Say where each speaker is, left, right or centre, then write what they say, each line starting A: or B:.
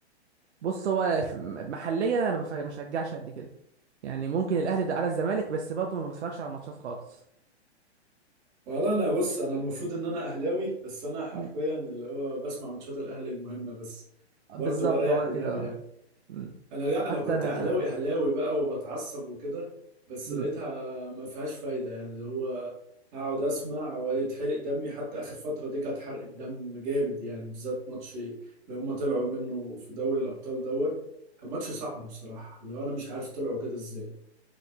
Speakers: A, on the right; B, on the right.
A: بص هو في- محليا انا ما بف- ما بشجعش قد كده يعني ممكن الاهلي ده على الزمالك بس برضه ما بتفرجش على الماتشات خالص
B: والله انا بص انا المفروض ان انا اهلاوي بس انا حرفيا
A: مم.
B: اللي هو بسمع ماتشات الاهلي المهمه بس
A: بالظبط
B: برضه بريح
A: هو ده
B: دماغي
A: كده آه.
B: يعني
A: مم.
B: انا لا انا
A: حتى
B: كنت
A: انا
B: اهلاوي اهلاوي بقى وبتعصب وكده بس
A: مم.
B: لقيتها ما فيهاش فايده يعني اللي هو اقعد اسمع ويتحرق دمي حتى اخر فتره دي كانت حرق الدم جامد يعني بالذات ماتش اللي هم طلعوا منه في دوري الابطال دوت كان ماتش صعب بصراحه اللي هو انا مش عارف طلعوا كده ازاي